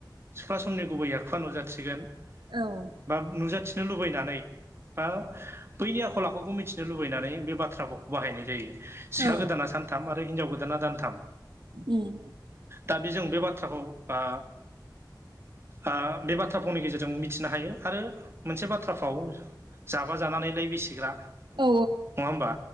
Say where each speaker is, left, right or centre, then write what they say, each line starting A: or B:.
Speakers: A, on the right; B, on the right.
A: सिख्ला समनि गुबै आखुवा नुजाथिगोन।
B: औ
A: बा नुजाथिनो लुबैनानै बा बैनि आखल आखुखौ मिथिनो लुबैनानै बे बाथ्राखौ बाहायनाय जायो सिखा
B: औ
A: गोदाना सानथाम आरो हिनजाव गोदाना दानथाम
B: उम
A: दा बे जों बे बाथ्राखौ ओ ओ बे बाथ्रा फावनि गेजेरजों मिथिनो हायो आरो मोनसे बाथ्रा भाव जाबा जानानैलाय बिसिग्रा नङा
B: औ
A: होमबा